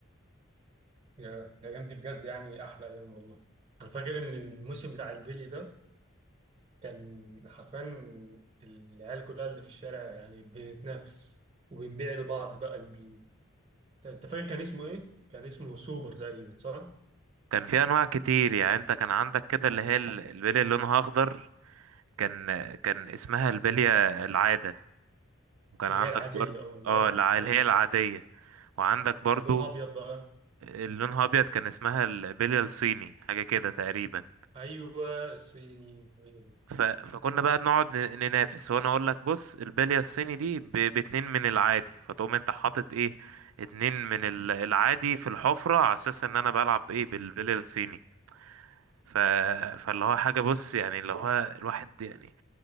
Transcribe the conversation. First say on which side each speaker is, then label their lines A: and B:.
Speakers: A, on the right; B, on the right.
A: يا- الأيام دي بجد يعني أحلى أيام والله أنا فاكر إن الموسم بتاع البيلي ده كان حرفيا العيال كلها اللي في الشارع يعني بنتنافس وبنبيع لبعض بقى اللي بي... أنت أنت فاكر كان اسمه إيه؟ كان اسمه سوبر تقريبا صح؟
B: كان في انواع كتير يعني انت كان عندك كده اللي هي ال- البيلي اللي لونها اخضر كان كان اسمها البلية العادة وكان
A: اللي
B: عندك
A: هي العادية
B: برضه
A: أه اللي
B: اه
A: هي
B: الع-
A: أيوه
B: اللي هي العادية وعندك برضو
A: اللي لونها أبيض بقى
B: اللي لونها ابيض كان اسمها البلية الصيني حاجة كده تقريبا
A: أيوه الصيني هي دي
B: ف... فكنا بقى بنقعد ن- ننافس وانا اقول لك بص البالية الصيني دي ب... باتنين من العادي فتقوم انت حاطط ايه اتنين من ال- العادي في الحفرة على اساس ان انا بلعب ايه بالبالية الصيني ف... فاللي هو حاجة بص يعني اللي هو الواحد يعني